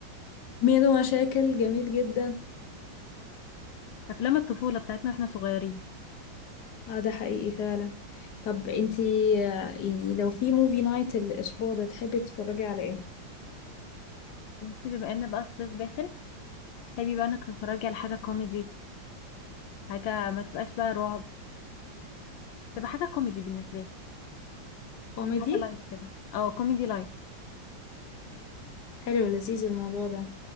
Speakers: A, on the left; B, on the left.
A: ميدو مشاكل جميل جدا
B: افلام الطفولة بتاعتنا واحنا صغيرين
A: اه ده حقيقي فعلا طب انتي آه، يعني لو في موفي نايت الاسبوع ده تحبي تتفرجي على ايه
B: وانتي بما ان بقى الصيف داخل تحبي بقى انك تتفرجي على حاجة كوميدي حاجة ما تبقاش بقى رعب تبقى حاجة كوميدي بالنسبة لي
A: كوميدي
B: حاجة لايت كده اه كوميدي لايت
A: حلو لذيذ الموضوع ده